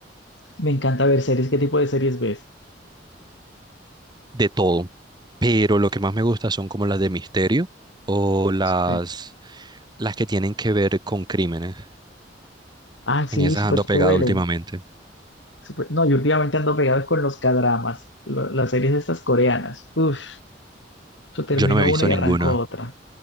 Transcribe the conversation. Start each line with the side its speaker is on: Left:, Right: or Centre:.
Left: me encanta ver series. ¿Qué tipo de series ves?
Right: de todo. Pero lo que más me gusta son como las de misterio o las,
Left: Sí.
Right: las que tienen que ver con crímenes.
Left: Ah, sí,
Right: En esas
Left: súper
Right: ando
Left: chévere.
Right: pegado últimamente.
Left: súper- No, yo últimamente ando pegado con los cadramas, las series estas coreanas. Uf, yo termino
Right: Yo no me he visto
Left: una y
Right: ninguna.
Left: arranco otra.